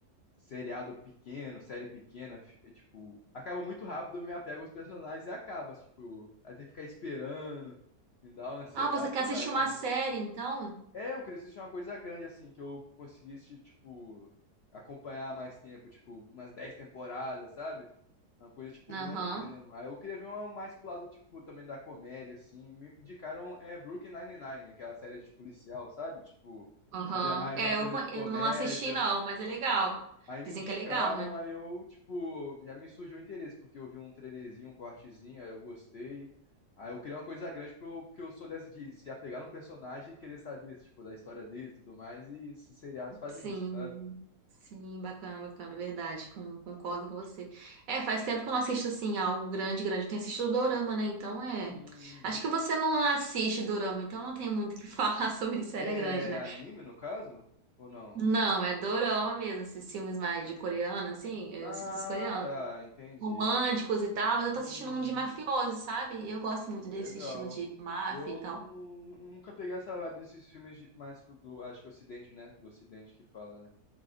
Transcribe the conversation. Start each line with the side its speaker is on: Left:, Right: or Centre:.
Left: seriado pequeno, série pequena, fi- é, tipo, acaba muito rápido, eu me apego aos personagens e acaba, tipo, aí tem que ficar esperando, me dá uma ansiedade
Right: Ah, você quer
Left: do
Right: assistir
Left: caramba.
Right: uma série, então?
Left: É, eu queria assistir uma coisa grande, assim, que eu conseguisse, tipo, acompanhar mais tempo, tipo, umas 10 temporadas, sabe? Uma coisa, tipo,
Right: Aham,
Left: grande mesmo. Aí eu queria ver uma mais pro lado, tipo, também da comédia, assim. Me indicaram é, Brooklyn Nine-Nine, aquela série de policial, sabe? Tipo,
Right: aham.
Left: mas é mais
Right: É,
Left: uma coisa
Right: eu, co-
Left: de comédia.
Right: eu não assisti não, mas é legal.
Left: Aí me
Right: Dizem
Left: indicaram,
Right: que é legal, né?
Left: aí eu, tipo, já me surgiu o interesse, porque eu vi um trailerzinho, um cortezinho, aí eu gostei. Aí eu queria uma coisa grande, porque eu, porque eu sou dessa de se apegar no personagem e querer saber, tipo, da história dele e tudo mais, e esses seriados fazem
Right: Sim,
Left: isso, sabe?
Right: sim, bacana, bacana, verdade, com- concordo com você. É, faz tempo que eu não assisto, assim, algo grande, grande. Eu tenho assistido Dorama, né? Então, é...
Left: Uhum.
Right: Acho que você não assiste Dorama, então não tem muito o que <laughs> falar sobre série
Left: É
Right: grande, né?
Left: anime, no caso? Ou não?
Right: Não, é Dorama mesmo, esses filmes mais de coreano, assim, eu
Left: Ah,
Right: assisto os coreanos,
Left: tá, entendi.
Right: românticos e tal, mas eu tô
Left: Uhum,
Right: assistindo um de mafioso, sabe? E Eu gosto muito desse
Left: legal.
Right: estilo de máfia
Left: Eu
Right: e tal.
Left: nu- nu- nunca peguei essa vibe desses filmes de- mais pro- do, acho que Ocidente, né? Do Ocidente que fala, né?